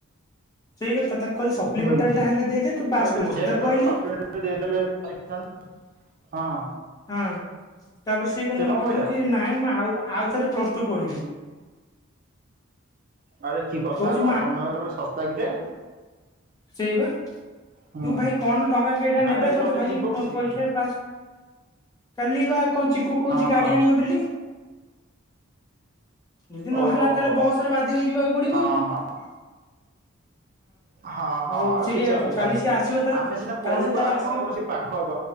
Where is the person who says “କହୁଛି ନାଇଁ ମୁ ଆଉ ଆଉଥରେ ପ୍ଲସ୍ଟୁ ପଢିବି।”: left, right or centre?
Left